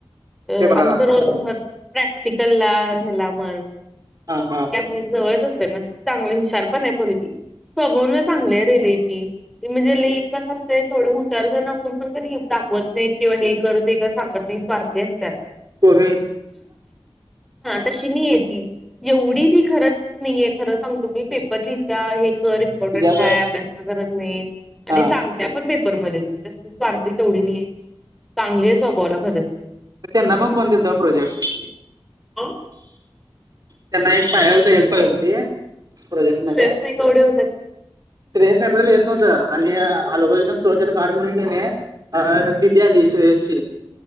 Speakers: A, in the centre; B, on the right.
A: अ
B: पेपराला
A: आमचं रोल नंबर. प्रॅक्टिकल ला ह्याला म्हण त्या
B: हा हा
A: जवळच असते ना चांगले हुशार पण आहे पोरगी. स्वभवान चांगली आहे लयी ती म्हणजे लइ कस असंय थोड हुशार झा पण दाखवत नाही किंवा हे करत ते का सांगत नाही स्वार्थी असतात.
B: कोमी
A: हा तशी नाही आहे ती. एवढी ती खरच नाहीे खरं सांगच तुम्ही पेपर लिहितला आहे. कर इम्पॉटन
B: तुझ्या
A: काय
B: बघ
A: अभ्यास करत नाही आणि
B: हा
A: सांगत पण पेपर मध्ये तशी स्वार्थी तेवढी नाही चांगली आहे स्वभावला खरच.
B: त्यांना पण कोण दिलता प्रोजेक्ट?
A: ह
B: त्यांना एक पाती हेल्प होती प्रोजेक्ट मध्ये
A: स्ट्रेस नाही केवढे होतात.
B: ेस एडडे लेत न होत आणि आ लकज फोचड कारढण न नाही अ बद्यालीचची